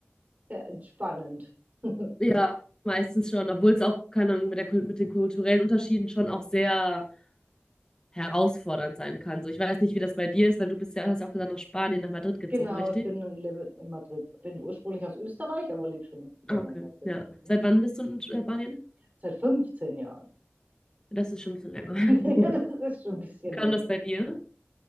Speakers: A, on the right; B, on the left.
A: sehr entspannend. <laughs>
B: Ja, meistens schon, obwohl es auch, keine Ahnung, mit der, Kul- mit den kulturellen Unterschieden schon auch sehr herausfordernd sein kann. So, ich weiß nicht, wie das bei dir ist, weil du bist ja, hast ja auch gesagt, nach Spanien, nach Madrid gezogen,
A: Genau,
B: richtig?
A: ich bin und lebe in Madrid. Bin ursprünglich aus Österreich, aber lebe schon länger
B: Ah, okay.
A: in Madrid.
B: Ja.
A: Mhm.
B: Seit wann bist du in Spanien?
A: Seit 15 Jahren.
B: Das ist schon ein bisschen länger.
A: <laughs>
B: <laughs>
A: Ja, das ist schon ein bisschen
B: Wie kam
A: länger.
B: das bei dir?